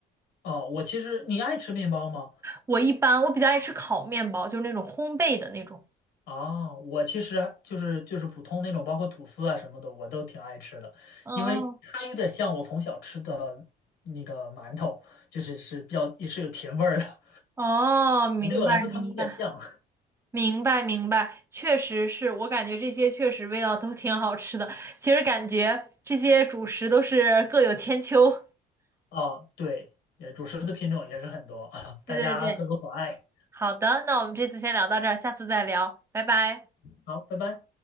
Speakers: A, on the left; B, on the right.
A: 哦，我其实你爱吃面包吗？
B: 我一般我比较爱吃烤面包，就是那种烘焙的那种。
A: 啊，我其实就是就是普通那种，包括吐司啊什么的，我都挺爱吃的，
B: 哦
A: 因为它有点像我从小吃的那个馒头，就是是比较也是有甜味儿的。
B: 哦，明白明白。
A: <laughs> 对我来说，它们有点像
B: 明白明白，确实是我感觉这些确实味道都挺好吃的。其实感觉这些主食都是各有千秋。
A: 啊。对，也主食的品种也是很多，<laughs> 大家各有所爱。
B: 对对对，好的，那我们这次先聊到这儿，下次再聊，拜拜。
A: 好，拜拜。